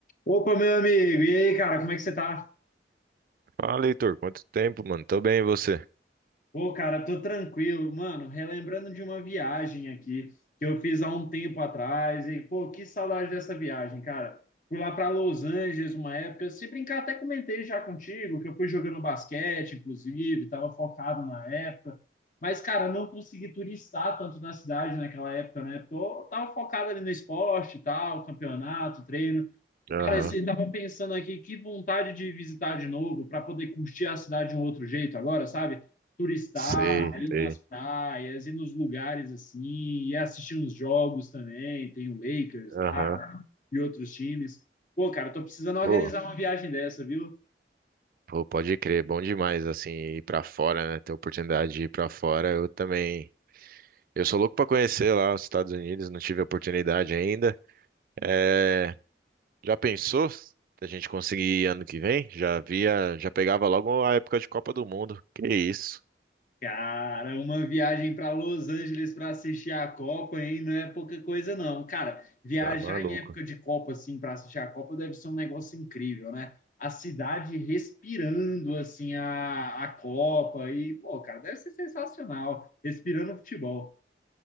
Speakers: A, on the left (about 45°); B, on the right (about 50°).
A: Opa, meu amigo, e aí, cara, como é que você tá?
B: Fala, Heitor, quanto tempo, mano? Tô bem, e você?
A: Pô, cara, tô tranquilo, mano, relembrando de uma viagem aqui que eu fiz há um tempo atrás e, pô, que saudade dessa viagem, cara. Fui lá pra Los Angeles uma época, se brincar, até comentei já contigo que eu fui jogando basquete, inclusive, tava focado na época, mas, cara, não consegui turistar tanto na cidade naquela época, né? Porque eu tava focado ali no esporte e tal, campeonato, treino.
B: Aham,
A: Cara, você estavam pensando aqui, que vontade de visitar de novo para poder curtir a cidade de um outro jeito agora, sabe? Turistar,
B: sei,
A: ir
B: sei.
A: nas praias, ir nos lugares assim, e assistir uns jogos também. Tem o Lakers lá
B: Aham,
A: e outros times. Pô, cara, tô precisando organizar
B: Pô,
A: uma viagem dessa, viu?
B: pô, pode crer, bom demais, assim, ir pra fora, né? Ter oportunidade de ir pra fora, eu também. Eu sou louco pra conhecer lá os Estados Unidos, não tive a oportunidade ainda. É, já pensou se a gente conseguir ir ano que vem? Já via, já pegava logo a época de Copa do Mundo. Que isso?
A: Cara, uma viagem para Los Angeles para assistir a Copa, hein? Não é pouca coisa, não. Cara, viajar
B: Tá maluco.
A: em época de Copa, assim, para assistir a Copa deve ser um negócio incrível, né? A cidade respirando, assim, a, a Copa. E, pô, cara, deve ser sensacional. Respirando futebol.